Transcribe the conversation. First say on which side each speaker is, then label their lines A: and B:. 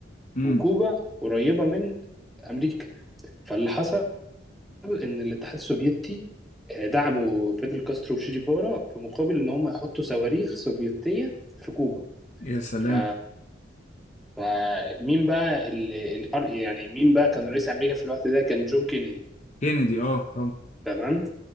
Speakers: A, on the left; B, in the centre.
A: امم
B: وكوبا قريبة من أمريكا فاللي حصل ان الاتحاد السوفيتي آه، دعموا فيدل كاسترو وشي جيفارا في مقابل ان هم يحطوا صواريخ سوفيتيه في كوبا
A: يا سلام
B: ف... فمين بقى اللي الحر... يعني مين بقى كان رئيس امريكا في الوقت ده كان جون كينيدي
A: كينيدي اه طبعا
B: تمام